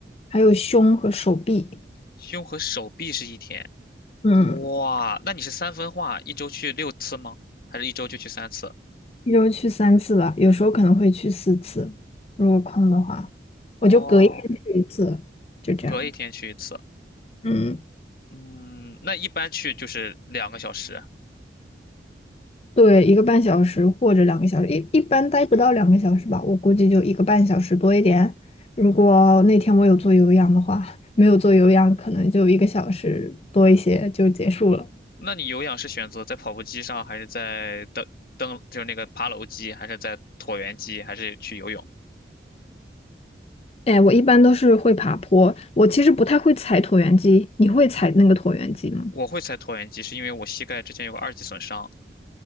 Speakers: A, on the left (about 35°); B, on the left (about 55°).
A: 还有胸和手臂，
B: 胸和手臂是一天。
A: 嗯，
B: 哇，那你是三分化，一周去六次吗？还是一周就去三次？
A: 一周去三次吧，有时候可能会去四次，如果空的话，
B: 哦，
A: 我就隔一天去一次，就这样。
B: 隔一天去一次。
A: 嗯，
B: 嗯，那一般去就是两个小时。
A: 对，一个半小时或者两个小时，一一般待不到两个小时吧，我估计就一个半小时多一点。如果那天我有做有氧的话，没有做有氧，可能就一个小时多一些就结束了。
B: 那你有氧是选择在跑步机上，还是在登登就是那个爬楼机，还是在椭圆机，还是去游泳？
A: 哎，我一般都是会爬坡，我其实不太会踩椭圆机，你会踩那个椭圆机吗？
B: 我会踩椭圆机，是因为我膝盖之前有个二级损伤，